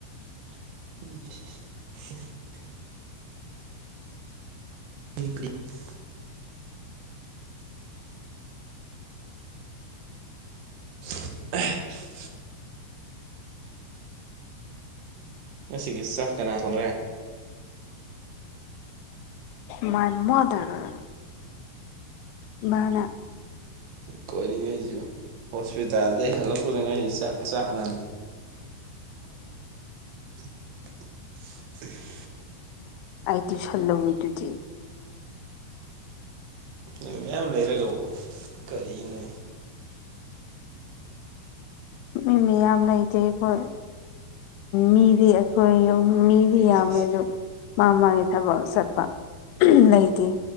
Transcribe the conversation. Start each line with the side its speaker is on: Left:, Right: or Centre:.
Right: <unintelligible> <unintelligible> <unintelligible> ꯉꯁꯤꯒꯤ ꯆꯥꯛ ꯀꯅꯥ ꯊꯣꯔꯦ
Left: ꯃꯥꯏ ꯃꯥꯗꯔ ꯏꯃꯥꯅ
Right: ꯀꯣꯔꯤꯉꯩꯁꯨ ꯍꯣꯁꯄꯤꯇꯥꯜꯗꯩ ꯍꯜꯂꯛꯄꯗ ꯉꯩꯔꯤ ꯆꯥꯛ ꯆꯥꯛ ꯍꯟ <unintelligible>
Left: ꯑꯥꯏ ꯇꯨꯏꯁꯜ ꯂꯧꯔꯤꯇꯨꯗꯤ
Right: ꯅꯣꯏ ꯃꯌꯥꯝ ꯂꯩꯔꯒ ꯀꯔꯤꯅꯣꯅꯦ
Left: ꯃꯤ ꯃꯤꯌꯥꯝ ꯂꯩꯇꯦꯈꯣꯏ ꯃꯤꯗꯤ ꯑꯩꯈꯣꯏ ꯌꯨꯝ ꯃꯤ ꯗꯤ ꯌꯥꯝꯃꯦ
Right: ꯁꯤꯁꯤ
Left: ꯑꯗꯨ ꯃꯥ ꯃꯥꯒꯤ ꯊꯕꯛ ꯆꯠꯄ ꯂꯩꯇꯤꯌꯦ